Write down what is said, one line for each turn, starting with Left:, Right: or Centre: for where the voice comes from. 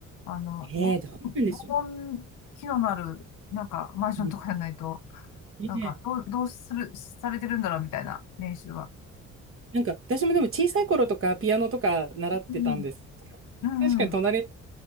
Left: あの、
Right: えー、
Left: ぼ防音機能のある、
Right: どうなんでしょ
Left: なんかマンションとかじゃないと、
Right: うね。
Left: なんかどう、
Right: ね
Left: どうする、されてるんだろうみたいな練習は。
Right: なんか、私もでも小さい頃とかピアノとか習ってたんですけど。
Left: うん。うん。
Right: 確かに隣の、
Left: うん。